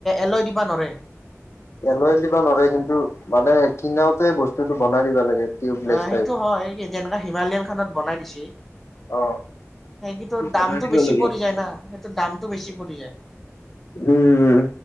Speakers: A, in the centre; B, on the left.
A: এলৈ দিবা নৰে।
B: এলৈ দিব নোৱাৰে কিন্তু মানে শিঙাওতে বস্তুটো বনাই দিব লাগে। টিউবলেছ
A: আহ সেইটো
B: টাইপ
A: হয় কি যেনেকা হিমালয়ান খানত বনাই দিছে।
B: অ
A: সেই কিতো
B: বনাই
A: দামটো
B: দিব
A: বেছি
B: লাগে
A: পৰি যায় না সেইটো দামটো বেছি পৰি। যায়।
B: উম